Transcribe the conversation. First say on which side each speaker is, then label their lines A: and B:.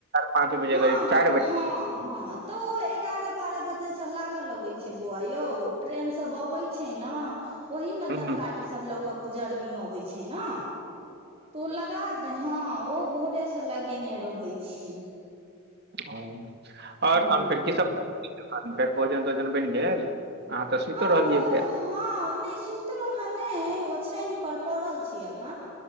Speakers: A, on the right; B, on the right.
A: पाँच बजे
B: हँ
A: करीब चारि
B: हँ
A: बजे
B: हँ हँ तऽ ओ एगारह बारह बजे स ल लगै छै बौआ यौ ट्रेन सब अबै छै ने ओहिीमे
A: हँ
B: तरकारी सभ लऽ कऽ गुजरनी अबैत छै ने तू लगा दे हँ ओ भोरेसँ लगेने रहै छै
A: ह आओर
B: हँ
A: तहन फेर कीसभ तहन फेर भोजन तोजन बनि गेल तऽ सुइतो
B: हँ
A: रहलियै
B: भोज
A: फेर
B: हँ नहि सुतलहुं ह ने ओछान पर पड़ल छी अखन